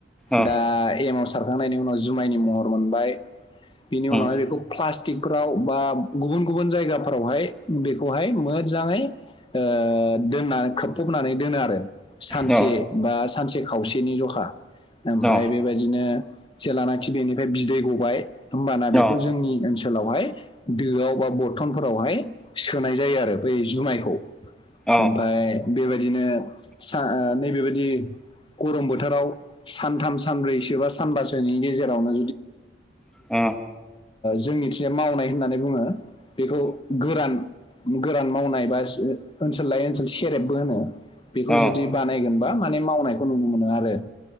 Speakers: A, in the centre; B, on the left.
A: अ
B: दा एमाव सारखांनायनि उनाव जुमायनि महर मोनबाय बिनि
A: उम
B: उनावहाय बेखौ फ्लास ट्रिकफ्राव बा गुबुन गुबुन जायगाफ्रावहाय बेखौहाय मोजाङै ओ दोनना खोबफबनानै दोनो आरो सानसे
A: अ अ
B: बा सानसे खावसेनि जखा ओमफाय
A: अ
B: बेबायदिनो जेलानाखि बेनिफ्राय बिदै गबाय होमबाना
A: अ
B: बेखौ जोंनि ओ ओनसोलावहाय दोआव बा बर्थनफोरावहाय सोनाय जायो आरो बै जुमायखौ
A: अ
B: ओमफाय बेबायदिनो सा नैबेबायदि गरम बोथोराव सानथाम सानब्रैसो बा सानबासोनि गेजेरावनो
A: अ अ
B: जोंनिथिंया मावनाय होननानै बुङो बेखौ गोरान गोरान मावनाय बा ओनसोल लायै ओनसोल सेरेबबो होनो बेखौ
A: अ
B: जुदि बानायगोनबा माने मावनायखौ नुनो मोनो आरो